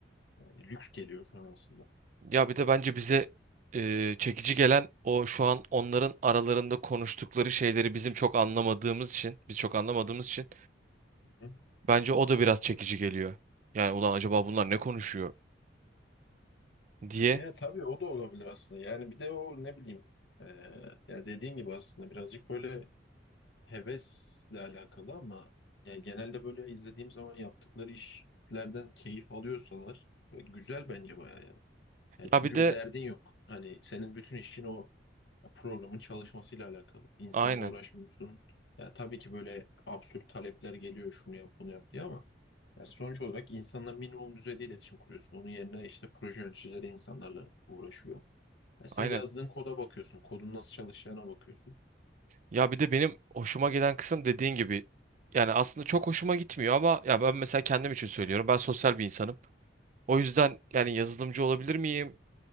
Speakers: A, on the left; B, on the right.
A: yani lüks geliyor şu an aslında.
B: ya bir de bence bize e, çekici gelen o şu an onların aralarında konuştukları şeyleri bizim çok anlamadığımız için, biz çok anlamadığımız için
A: Hı.
B: bence o da biraz çekici geliyor. Yani ulan acaba bunlar ne konuşuyor diye.
A: Ya tabii o da olabilir aslında. Yani bir de o ne bileyim ee, ya dediğin gibi aslında birazcık böyle hevesle alakalı ama yani genelde böyle izlediğim zaman yaptıkları işlerden keyif alıyorsalar Böyle Güzel bence bayağı ya. Ya çünkü
B: Ya bir de
A: bir derdin yok. Hani senin bütün işin o programın çalışmasıyla alakalı. İnsanla
B: aynen,
A: uğraşmıyorsun. Ya tabii ki böyle absürt talepler geliyor şunu yap bunu yap diye ama ya sonuç olarak insanla minimum düzeyde iletişim kuruyorsun. Onun yerine işte proje yöneticileri insanlarla uğraşıyor. Ya sen
B: aynen.
A: yazdığın koda bakıyorsun. Kodun nasıl çalışacağına bakıyorsun.
B: Ya bir de benim hoşuma gelen kısım dediğin gibi yani aslında çok hoşuma gitmiyor ama ya ben mesela kendim için söylüyorum. Ben sosyal bir insanım. O yüzden yani yazılımcı olabilir miyim?